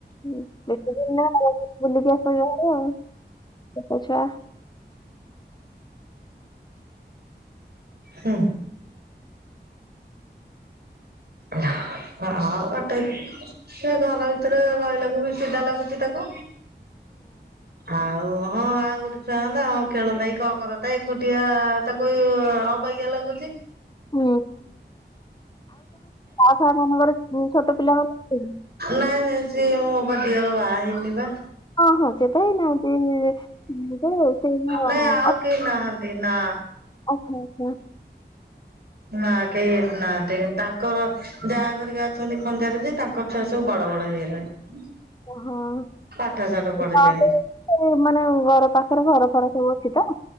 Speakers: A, on the left; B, on the right.
A: ହଁ ବେଶୀ ଦିନ ନା ବୁଲିକି ଆସ ହାରି ଆଉ ଛୋଟ ଛୁଆ।
B: ହୁଁ। ହଁ ଗୋଟେ। ସେ ଘର ଭିତରେ ରହିଲାକୁ ବି ଚିଡା ଲାଗୁଛି ତାକୁ। ଆଉ ହଁ ଆଉ ଗୋଟେ ଛୁଆ ହନ୍ତା ହଁ ଖେଳନ୍ତା କି କଣ କରନ୍ତା ଏକୁଟିଆ ତାକୁ ଅବାଗିଆ ଲାଗୁଛି।
A: ହୁଁ ବା ମାନଙ୍କର ଛୋଟ ପିଲା ମର
B: ନାଇଁ ନାଇଁ ସିଏ ମୁଁ ବା ଦିଅର ବାହା ହେଇନି ବା।
A: ହଁ ହଁ ସେତ ହେଇ ନାହାନ୍ତି। <unintelligible>
B: ନାଇଁ ଆଉ କେହି ନାହାନ୍ତି ନା।
A: ଆଉ <unintelligible>
B: ନାଁ କେହିବି ଏଠି ନାହାନ୍ତି। ତାଙ୍କର ଯାଆ ଘରିକା ଅଛନ୍ତି ଖଞ୍ଜାରେ ଯେ ତାଙ୍କ ଛୁଆ ସବୁ ବଡ ବଡ ହେଇଗଲେଣି।
A: ୱ ହଁ।
B: ପାଠ ସାଠ ପଢିଲେଣି
A: <unintelligible> ମାନେ ଘର ପାଖରେ ଘର ଫର ସବୁ ଅଛି ତ?